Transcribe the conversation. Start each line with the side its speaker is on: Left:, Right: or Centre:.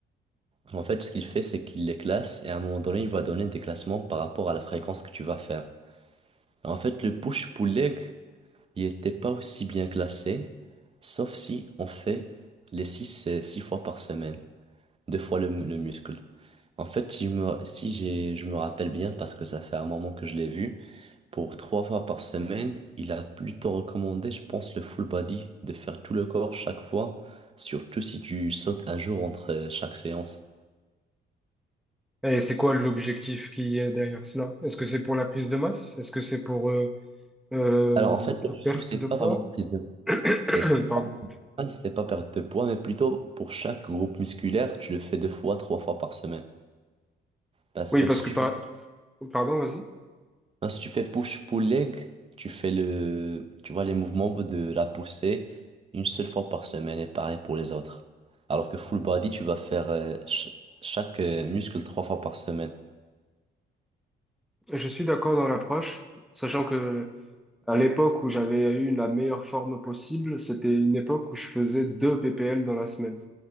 Right: En fait, ce qu'il fait, c'est qu'il les classe et à un moment donné, il va donner des classements par rapport à la fréquence que tu vas faire. En fait, le push-pull leg, il n'était pas aussi bien classé, sauf si on fait les 6 six fois par semaine, deux fois le, le muscle. En fait, si, je me, si j'ai, je me rappelle bien, parce que ça fait un moment que je l'ai vu, pour trois fois par semaine, il a plutôt recommandé, je pense, le full body, de faire tout le corps chaque fois, surtout si tu sautes un jour entre euh, chaque séance.
Centre: Et c'est quoi l'objectif qui est derrière cela? Est-ce que c'est pour la prise de masse? Est-ce que c'est pour euh, euh,
Right: Alors en fait,
Centre: de
Right: l'objectif,
Centre: la perte
Right: c'est
Centre: de poids?
Right: pas vraiment prise de
Centre: <coughs> <clears throat>
Right: et c'est
Centre: Pardon.
Right: pas c'est pas perdre de poids, mais plutôt pour chaque groupe musculaire, tu le fais deux fois, trois fois par semaine. Parce
Centre: Oui,
Right: que
Centre: parce
Right: si
Centre: que
Right: tu
Centre: par-
Right: fais
Centre: pardon, vas-y.
Right: Non, si tu fais push-pull-leg, tu fais le, tu vois les mouvements de la poussée une seule fois par semaine et pareil pour les autres. Alors que full body, tu vas faire euh, ch- chaque euh, muscle trois fois par semaine.
Centre: Je suis d'accord dans l'approche, sachant que à l'époque où j'avais eu la meilleure forme possible, c'était une époque où je faisais 2 PPL dans la semaine.